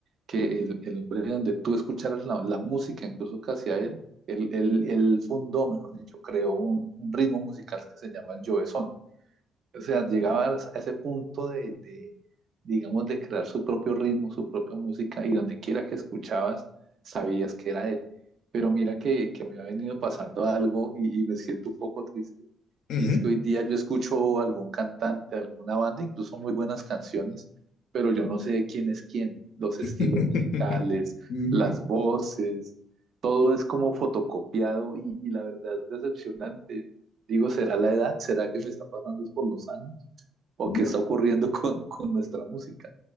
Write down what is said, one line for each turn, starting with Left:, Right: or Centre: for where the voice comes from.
Right: que el, el hombre de donde tú escucharas la, la música, incluso que hacía él, él, él- él fundó, mejor dicho, creó un, un ritmo musical que se llama el Jovezón o sea, llegabas a ese punto de, de, digamos, de crear su propio ritmo, su propia música, y donde quiera que escuchabas, sabías que era él. Pero mira que, que me ha venido pasando algo y, y me siento un poco triste.
Left: ujú,
Right: Y es que hoy día yo escucho algún cantante, alguna banda, incluso muy buenas canciones, pero yo no sé quién es quién, los estilos
Left: <laughs>
Right: musicales,
Left: ujú.
Right: las voces, todo es como fotocopiado y, y la verdad es decepcionante. Digo, ¿será la edad? ¿Será que me está pasando es por los años? ¿O
Left: No,
Right: qué está ocurriendo con, con nuestra música?